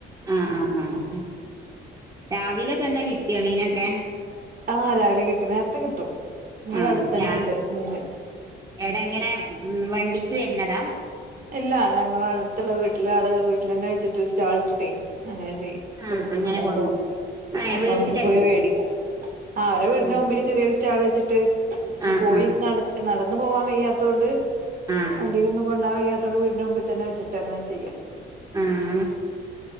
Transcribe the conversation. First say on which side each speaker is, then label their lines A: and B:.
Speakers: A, on the right; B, on the right.
A: ആഹ് ആഹ് ആഹ് രാവിലെ തന്നെ കിട്ടിയോ മീനൊക്കെ?
B: ആഹ് രാവിലെ കിട്ടി നേരത്തെ കിട്ടും ഇവിടെ
A: ആഹ്
B: അടുത്തന്നെ
A: ഞാ
B: ഇണ്ട് മീന്
A: എടെ എങ്ങനെ വണ്ടിക്ക് വരുന്നതാ
B: ഇല്ല ഞങ്ങളെ അടുത്തുള്ള വീട്ടിലെ ആള് വീട്ടിൽ തന്നെ വെച്ചിട്ട് സ്റ്റാൾ ഇട്ടിട്ടേ അങ്ങനെ
A: ആഹ്
B: കൊടുക്കുന്നുണ്ട്
A: അങ്ങനെ
B: അപ്പൊ
A: കൊ ഏഹ്
B: അപ്പൊ
A: വീട്ടിലന്നെ
B: നമ്മുക്ക് പോയി മേടിക്കാം ആ അവടെ വീടിന
A: ആഹ്
B: മുമ്പില് ചെറിയൊരു സ്റ്റാൾ വെച്ചിട്ട്
A: ആഹ്
B: പോയി
A: ആഹ്
B: നട നടന്ന പോവാാൻ വയ്യാത്തോണ്ട്
A: ആഹ്
B: വണ്ടിന്നും കൊണ്ടോവാൻ വയ്യാ വീടിന് മുമ്പ തന്നെച്ചിട്ട്ങ്ങനെ ചെയ്യാം
A: ആഹ്